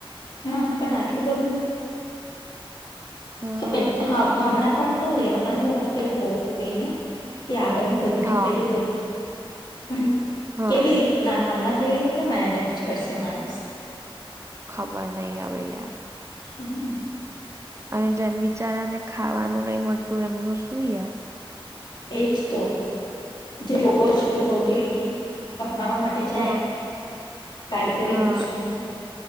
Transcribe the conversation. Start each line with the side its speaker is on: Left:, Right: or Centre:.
Left: હા પણ આટલું બધું
Right: હમ.
Left: એક હા હમણાં પણ તો લેવાનું આપેલું બઉ હોય ને. એ આગળનું બધું
Right: હા
Left: લઈ લોઉં. પણ
Right: હા
Left: કેવી રીતના હમણાં? કેવી રીતના મેનેજ કરશે માણસ.
Right: ખબર નહી આવે યાર.
Left: હમ્મ.
Right: અને જેન બિચારાને ખાવાનું નહી મળતું એમનું શું યાર.
Left: એજ તો, જે રોજ રોટી માવા માટે જાય,
Right: હા
Left: કારીગર
Right: હા.
Left: એમનું શું?